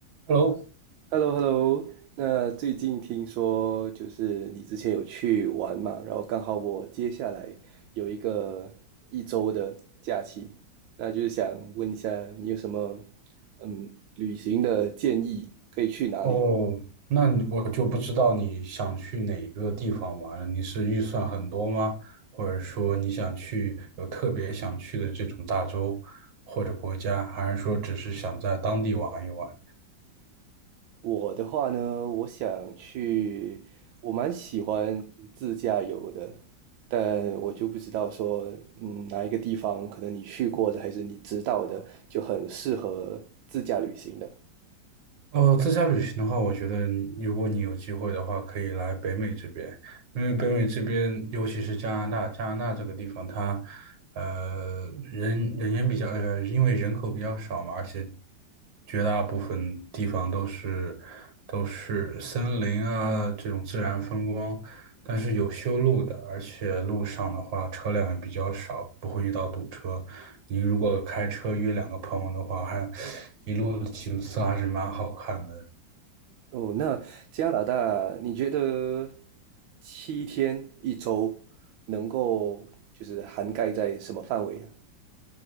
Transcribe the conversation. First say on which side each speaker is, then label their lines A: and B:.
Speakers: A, on the right; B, on the right.
A: Hello，
B: h e l l o h e l l o 那最近听说就是你之前有去玩嘛，然后刚好我接下来有一个一周的假期，那就是想问一下你有什么嗯旅行的建议，可以去哪里？
A: 哦，那你我就不知道你想去哪一个地方玩了。你是预算很多吗？或者说你想去有特别想去的这种大洲或者国家，还是说只是想在当地玩一玩？
B: 我的话呢，我想去，我蛮喜欢自驾游的，但我就不知道说，嗯，哪一个地方可能你去过的还是你知道的，就很适合自驾旅行的。
A: 哦，自驾旅行的话，我觉得你如果你有机会的话，可以来北美这边，因为北美这边，尤其是加拿大，加拿大这个地方它，呃，人人烟比较，呃，因为人口比较少嘛，而且绝大部分地方都是都是森林啊这种自然风光，但是有修路的，而且路上的话车辆也比较少，不会遇到堵车。你如果开车约两个朋友的话，还一路的景色还是蛮好看的。
B: 哦，那加拿大，你觉得七天一周能够就是涵盖在什么范围呢？